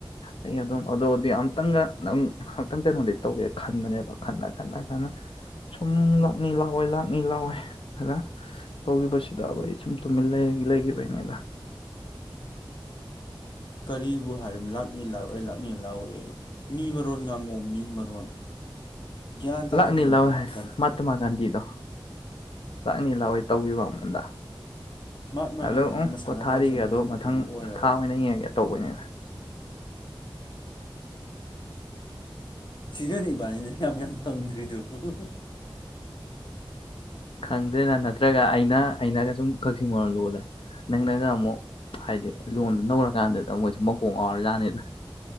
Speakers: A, on the left; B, on the left.
A: ꯑꯩ ꯑꯗꯨꯝ ꯑꯗꯨꯗꯤ ꯑꯝꯇꯪꯒ ꯅꯪ ꯑꯝꯇꯪ ꯀꯩꯅꯣꯗꯤ ꯇꯧꯒꯦ ꯈꯟꯕꯅꯦꯕ ꯈꯟꯅ ꯈꯟꯅ ꯈꯟꯅ ꯁꯨꯝ ꯂꯥꯛꯅꯤ ꯂꯥꯛꯑꯣꯏ ꯂꯥꯛꯅꯤ ꯂꯥꯛꯑꯣꯏ ꯈꯔ ꯇꯧꯈꯤꯕꯁꯤꯗꯕ ꯑꯩ ꯁꯨꯝ ꯇꯨꯃꯤꯟ ꯂꯩꯒꯤ ꯂꯩꯒꯤꯕꯩꯅꯤꯗ
B: ꯀꯔꯤꯕꯨ ꯍꯥꯏꯔꯤꯝ ꯂꯥꯛꯅꯤ ꯂꯥꯛꯑꯣꯏ ꯂꯥꯛꯅꯤ ꯂꯥꯛꯑꯣꯏ ꯌꯦ ꯃꯤ ꯃꯔꯣꯟ ꯉꯥꯡꯉꯣ ꯃꯤ ꯃꯔꯣꯟ ꯒ꯭ꯌꯥꯟ ꯇꯥꯗꯕ
A: ꯂꯥꯛꯅꯤ
B: ꯃꯔꯣꯟ
A: ꯂꯥꯛꯑꯣꯏ
B: ꯉꯥꯡꯉꯛꯀꯅꯨ
A: ꯍꯥꯏꯁ ꯃꯍꯥꯇꯃꯥ ꯒꯥꯟꯙꯤꯗꯣ ꯂꯥꯛꯅꯤ ꯂꯥꯛꯑꯣꯏ ꯇꯧꯒꯤꯕ ꯑꯩꯉꯣꯟꯗ
B: ꯃꯍꯥꯠꯃꯥ
A: ꯑꯗꯣ
B: ꯒꯥꯟꯙꯤꯅ
A: ꯎꯝ
B: ꯃꯁꯥꯅ
A: ꯄꯣꯊꯥꯔꯤꯒꯦ
B: ꯂꯥꯛꯆꯕꯒꯤ
A: ꯑꯗꯣ
B: ꯊꯕꯛꯇꯨꯃ
A: ꯃꯊꯪ
B: ꯑꯣꯏꯔꯔꯣꯏ
A: ꯊꯥ ꯑꯣꯏꯅ ꯌꯦꯡꯉꯒꯦ ꯇꯧꯕꯅꯤꯅ
B: ꯁꯤꯔꯅꯤꯅꯤ ꯌꯥꯝ ꯌꯥꯝ ꯌꯥꯝ ꯐꯪ ꯔꯤꯗ ꯎꯝ
A: ꯈꯪꯗꯦꯅ ꯅꯠꯇ꯭ꯔꯒ ꯑꯩꯅ ꯑꯩꯅꯒ ꯁꯨꯝ ꯀꯛꯆꯤꯡ ꯃꯔꯣ ꯂꯣꯜꯂꯦ ꯅꯪꯅꯒ ꯑꯃꯨꯛ ꯍꯥꯏꯗꯤ ꯂꯣꯟꯗ ꯅꯔꯀꯥꯟꯗꯨꯗ ꯃꯣꯏꯁꯨ ꯃꯀꯣꯡ ꯑꯥꯎꯔꯖꯥꯅꯤꯗ